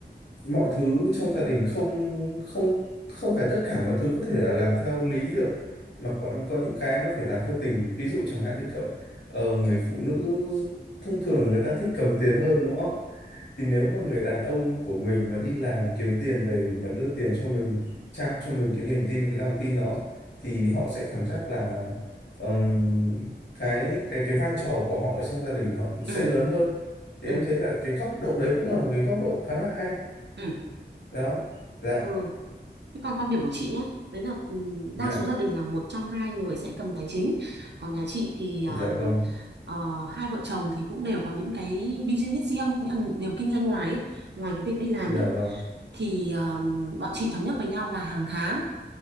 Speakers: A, on the left; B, on the right.
A: mọi thứ trong gia đình không không không phải tất cả mọi thứ có thể là làm theo lý được mà có có những cái nó phải làm theo tình ví dụ chẳng hạn như kiểu ờ, người phụ nữ thông thường là người ta thích cầm tiền hơn đúng không thì nếu mà người đàn ông của mình mà đi làm kiếm tiền về mà đưa tiền cho mình trao cho mình cái niềm tin cái lòng tin đó thì họ sẽ cảm giác là ừm, cái cái cái vai trò của họ ở trong gia đình họ sẽ
B: ừ
A: lớn hơn thì
B: ừ
A: em thấy là cái góc độ đấy cũng là một cái góc độ khá là hay
B: ừ
A: đó dạ
B: ừ Thế còn quan điểm của chị nhé, đấy là ừm,
A: dạ
B: đa số gia đình là một trong hai người sẽ cầm tài chính. Còn nhà chị thì ờm,
A: dạ vâng
B: ờ, hai vợ chồng thì cũng đều có những cái business riêng, những điều kinh doanh ngoài ấy. Ngoài cái việc đi làm
A: dạ
B: ấy
A: vâng
B: thì ờm, bọn chị thống nhất với nhau là hàng tháng